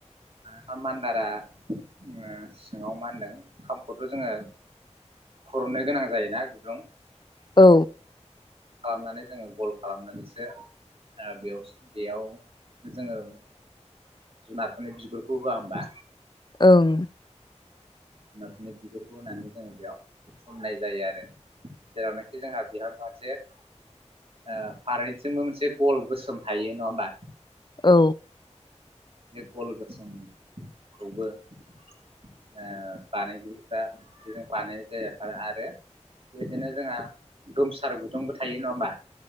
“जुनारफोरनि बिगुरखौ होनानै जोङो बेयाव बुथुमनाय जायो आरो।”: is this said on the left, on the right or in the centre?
Right